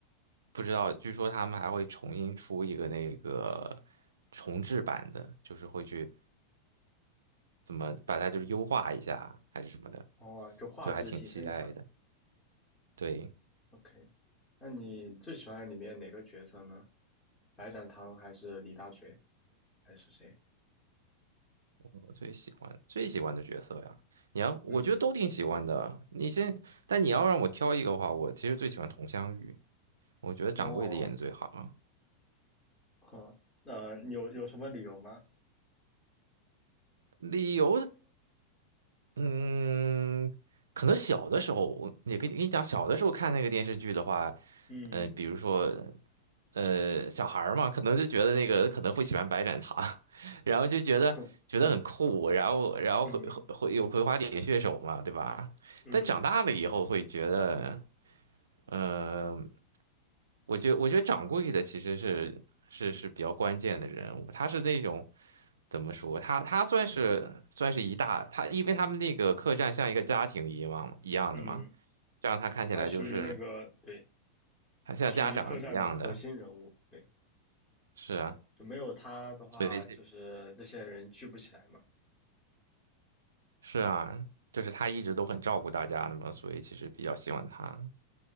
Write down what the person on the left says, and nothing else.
哦，就画质提升一下。
OK，那你最喜欢里面哪个角色呢？白展堂还是李大嘴还是谁？
嗯，
哦，好，那、你有有什么理由吗？
嗯，
<laughs> 哼，
嗯。
嗯
嗯，
他属于那个，对，
属于客栈的核心人物，对，
就没有他的话，
就是这些人聚不起来嘛。